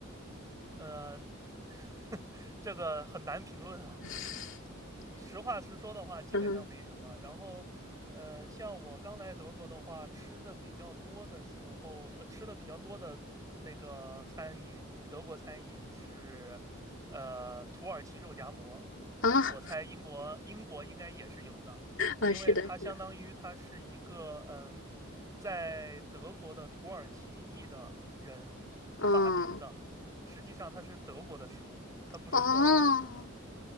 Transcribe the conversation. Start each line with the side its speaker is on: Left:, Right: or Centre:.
Right: 呃，<laughs> 这个很难评论啊，
Left: <laughs>
Right: 实话实说的话，基本上没什么。
Left: 嗯哼
Right: 然后，呃，像我刚来德国的话，吃的比较多的时候，呃，吃的比较多的那个餐饮，德国餐饮是，呃，土耳其肉夹馍。
Left: 啊。
Right: 我猜英国英国应该也是有的，
Left: 啊，
Right: 因为它相当于它是一个嗯，
Left: 是的，是的，
Right: 在德国的土耳其裔的人发明的，
Left: 嗯，
Right: 实际上它是德国的食物，它不是土耳其的食物。
Left: 哦，